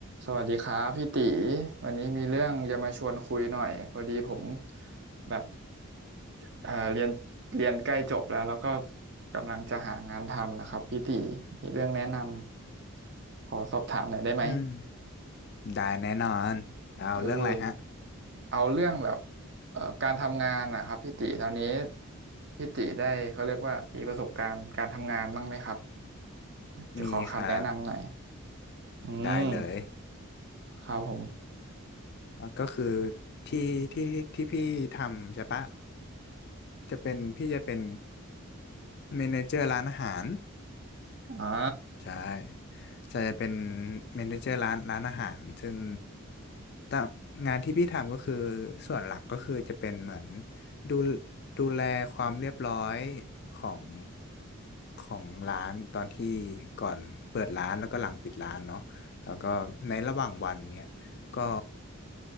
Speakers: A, on the right; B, on the left.
A: สวัสดีครับพี่ตีวันนี้มีเรื่องจะมาชวนคุยหน่อยพอดีผมแบบเอ่อเรียนเรียนใกล้จบแล้วแล้วก็กำลังจะหางานทำนะครับพี่ตีมีเรื่องแนะนำขอสอบถามหน่อยได้ไหม
B: อืมได้แน่นอนเอาเรื่องอะไรฮะ
A: เออเอาเรื่องแบบเอ่อการทำงานนะครับพี่ตีตอนนี้พี่ตีได้เขาเรียกว่ามีประสบการณ์การทำงานบ้างไหมครับจะขอคำแนะนำหน่อย
B: มีครับ
A: อืม
B: ได้เลย
A: ครับผม
B: แล้วก็คือที่ที่ที่พี่ทำใช่ปะจะเป็นพี่จะเป็นเมเนเจอร์ร้านอาหาร
A: อ่า
B: ใช่จะเป็นเมเนเจอร์ร้านร้านอาหารซึ่งต่งงานที่พี่ทำก็คือส่วนหลักก็คือจะเป็นเหมือนดูดูแลความเรียบร้อยของของร้านตอนที่ก่อนเปิดร้านแล้วก็หลังปิดร้านเนาะแล้วก็ในระหว่างวันเนี่ยก็